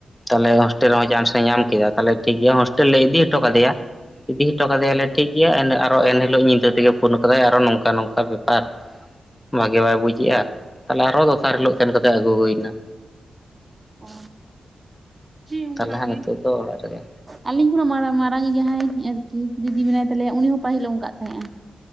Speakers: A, on the left (about 15°); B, on the right (about 30°).
A: ᱛᱟᱦᱞᱮ ᱦᱳᱴᱮᱞ ᱨᱮᱸᱦᱚᱸ ᱪᱟᱱᱥ ᱮ ᱧᱟᱢ ᱠᱮᱫᱟ ᱛᱟᱦᱞᱮ ᱴᱷᱤᱠ ᱜᱮᱭᱟ ᱦᱳᱥᱴᱮᱞ ᱞᱮ ᱤᱫᱤ ᱦᱚᱴᱚ ᱠᱟᱫᱮᱭᱟ ᱾ ᱤᱫᱤ ᱦᱚᱴᱚ ᱠᱟᱫᱮᱭᱟᱞᱮ ᱴᱷᱤᱠ ᱜᱮᱭᱟ ᱮᱱ ᱟᱨ ᱮᱱᱦᱤᱞᱳᱜ ᱧᱤᱫᱟᱹ ᱛᱮᱜᱮ ᱯᱷᱳᱱ ᱠᱟᱫᱟᱭ ᱟᱨᱚᱦᱚ ᱱᱚᱝᱠᱟ ᱱᱚᱝᱠᱟ ᱵᱮᱯᱟᱨ ᱾ ᱵᱷᱟᱜᱮ ᱵᱟᱭ ᱵᱩᱡᱮᱜᱼᱟ ᱛᱟᱦᱚᱞᱮ ᱟᱨᱦᱚ ᱫᱚᱥᱟᱨ ᱦᱤᱞᱳᱜ ᱥᱮᱱ ᱠᱟᱛᱮ ᱟᱹᱜᱩ ᱦᱩᱭᱱᱟ᱾
B: ᱚ᱾ ᱦᱮᱸ ᱚᱱᱠᱟ
A: ᱛᱟᱦᱚᱞᱮ ᱦᱟᱸᱜ
B: ᱜᱮ
A: ᱱᱤᱛᱳᱜ ᱫᱚ ᱚᱲᱟᱜ ᱨᱮᱜᱮ᱾
B: ᱟᱹᱞᱤᱧ ᱦᱚᱸ ᱢᱟᱨᱟ ᱢᱟᱨᱟᱝ ᱡᱟᱦᱟᱸᱭ ᱟᱨᱠᱤ ᱫᱤᱫᱤ ᱢᱮᱱᱟᱭ ᱛᱟᱞᱮᱭᱟ ᱩᱱᱤ ᱦᱚᱸ ᱯᱟᱹᱦᱤᱞ ᱮ ᱚᱱᱠᱟᱜ ᱛᱟᱦᱮᱸᱜᱼᱮ᱾